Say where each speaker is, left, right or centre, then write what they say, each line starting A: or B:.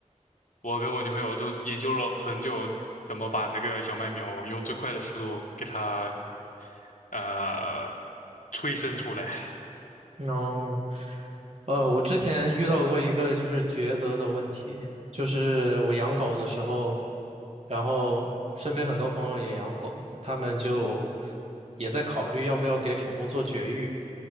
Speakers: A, on the left (about 80°); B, on the right (about 55°).
A: 我跟我女朋友都研究了很久，怎么把那个小麦苗用最快的速度给它呃催生出来。
B: 哦，呃，我之前遇到过一个就是抉择的问题，就是我养狗的时候，然后身边很多朋友也养狗，他们就也在考虑要不要给宠物做绝育。